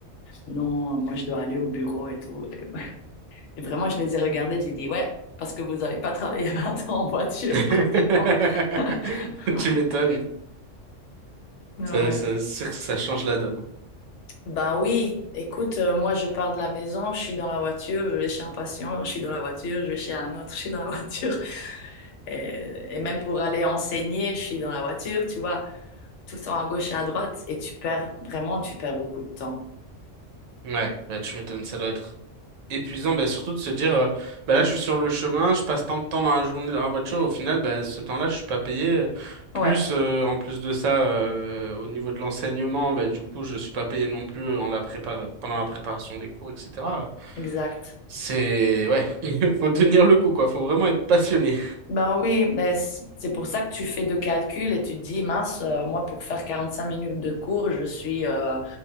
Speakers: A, on the left; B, on the right.
A: non, moi, je dois aller au bureau et tout. Et, <laughs> et vraiment, je les ai regardés, j'ai dit, ouais, parce que vous avez pas travaillé <laughs> 20 ans en voiture,
B: <laughs>
A: pratiquement. <laughs> Ouais,
B: Tu m'étonnes.
A: ouais,
B: Ça,
A: ouais. ouais.
B: ça, c'est sûr que ça change la donne.
A: Ben oui, écoute, euh, moi, je pars de la maison, je suis dans la voiture, je vais chez un patient, je suis dans la voiture, je vais chez un autre, je suis dans la voiture. Et, et même pour aller enseigner, je suis dans la voiture, tu vois, tout le temps à gauche et à droite, et tu perds, vraiment, tu perds beaucoup de temps.
B: Ouais, bah tu m'étonnes, ça doit être épuisant, bah, surtout de se dire, euh, bah là je suis sur le chemin, je passe tant de temps dans la journée dans la voiture, au final, bah, ce temps-là je suis pas payé. euh,
A: Ouais,
B: Plus euh, en plus de ça, euh, au niveau de l'enseignement, bah, du coup je suis pas payé non plus euh, en la prépar- pendant la préparation des cours, etc.
A: exact.
B: C'est ouais, <laughs> faut tenir le coup quoi, faut vraiment être passionné.
A: Ben oui, mais c- c'est pour ça que tu fais deux calculs et tu te dis, mince, euh, moi, pour faire 45 minutes de cours, je suis, euh,